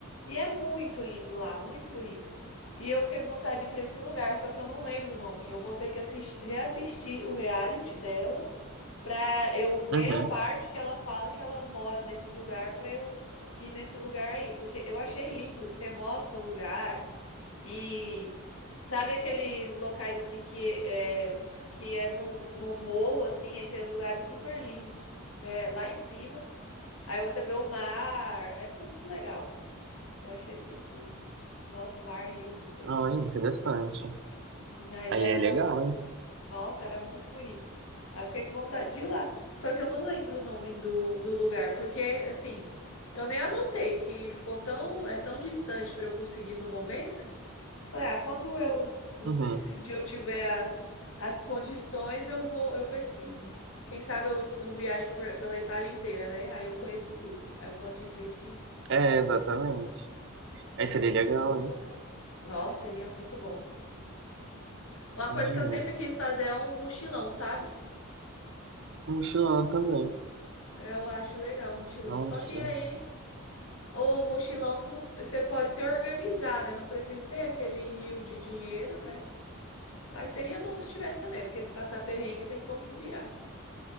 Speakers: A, on the left; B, on the right.
A: E é muito lindo lá, muito bonito. E eu fiquei com vontade de ir para esse lugar, só que eu não lembro o nome. Eu vou ter que assistir, reassistir o reality dela pra eu ver
B: Uhum.
A: a parte que ela fala que ela mora nesse lugar pra eu ir nesse lugar aí, porque eu achei lindo, porque mostra o lugar e sabe aqueles locais assim que é que é no, no morro assim, aí tem os lugares super lindos, né, lá em cima. Aí você vê o mar, é muito legal. Eu achei assim que, nossa, o mar, rio, não sei.
B: Ah, interessante.
A: Mas
B: Aí
A: era
B: é legal, hein?
A: Nossa, era muito bonito. Aí eu fiquei com vontade de ir lá. Só que eu não lembro o nome do, do lugar, porque, assim, eu nem anotei que ficou tão, é tão distante para eu conseguir no momento, que eu falei, ah, quando eu, um
B: Uhum.
A: dia- se um dia eu tiver a- as condições, eu vou, eu pesquiso. Quem sabe eu não viajo por- pela Itália inteira, né? Aí eu conheço tudo. Aí eu posso dizer que,
B: É, é, exatamente.
A: que
B: Aí
A: conheci
B: seria legal,
A: todos os
B: hein?
A: locais. Nossa, seria muito bom. Uma
B: Imagina.
A: coisa que eu sempre quis fazer é um mochilão, sabe?
B: Um mochilão também.
A: Eu acho legal o mochilão.
B: Nossa.
A: Só que aí, o mochilão você não, você pode se organizar, né? Não precisa ter aquele rio de dinheiro, né? Mas seria bom se tivesse também, porque se passar perrengue tem como se virar.